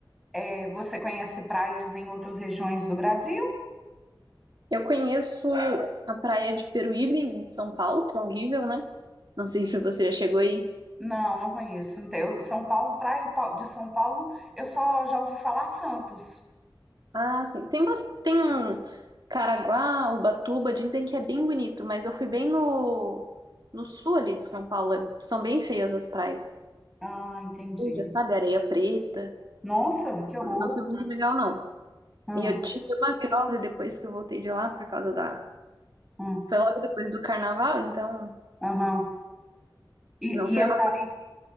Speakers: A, in the centre; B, on the right (about 55°).
A: é, você conhece praias em outras regiões do Brasil?
B: Eu conheço a praia de Peruíbe, em São Paulo, que é horrível, né? Não sei se você já chegou aí.
A: Não, não conheço. Não tem- eu- São Paulo, praia pa- de São Paulo, eu só já ouvi falar Santos.
B: Ah, sim. Tem, bas- tem um Caraguá, Ubatuba, dizem que é bem bonito, mas eu fui bem no, no sul ali de São Paulo. é- São bem feias as praias.
A: Ah, entendi.
B: Suja, Sabe, areia preta.
A: Nossa, que horror.
B: Não foi muito legal, não.
A: Hum,
B: E eu tive uma virose depois que eu voltei de lá por causa da.
A: hum,
B: Foi logo depois do carnaval, então
A: aham. E,
B: não
A: e
B: foi
A: essa
B: uma.
A: areia,